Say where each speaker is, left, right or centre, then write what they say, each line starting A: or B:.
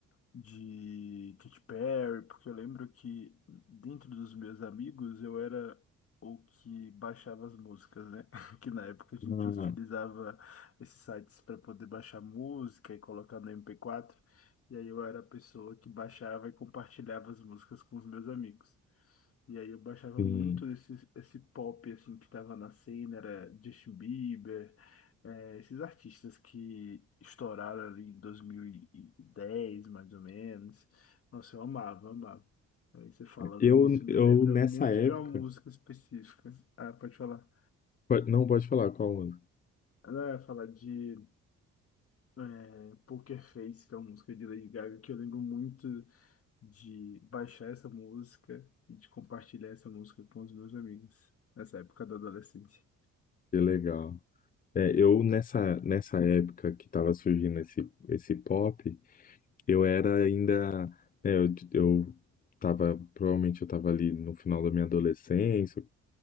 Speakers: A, on the left; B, on the left.
A: de Katy Perry, porque eu lembro que dentro dos meus amigos eu era o que baixava as músicas, né? <laughs> Que na época a gente
B: Ah,
A: utilizava esses sites para poder baixar música e colocar no MP4, e aí eu era a pessoa que baixava e compartilhava as músicas com os meus amigos. E aí eu baixava
B: sim.
A: muito esse, esse pop assim que tava na cena, era Justin Bieber, eh, esses artistas que estouraram ali em 2010, mais ou menos. Nossa, eu amava, amava. Aí você falando
B: Eu,
A: nisso me
B: eu
A: lembra
B: nessa
A: muito
B: época.
A: de uma música específica. Ah, pode falar.
B: po- Não, pode falar qual música.
A: Não, ia falar de eh, Poker Face, que é uma música de Lady Gaga, que eu lembro muito de baixar essa música e de compartilhar essa música com os meus amigos nessa época da adolescência.
B: Que legal. É, eu nessa, nessa época que tava surgindo esse, esse pop. Eu era ainda, é, eu, eu tava, provavelmente eu tava ali no final da minha adolescência,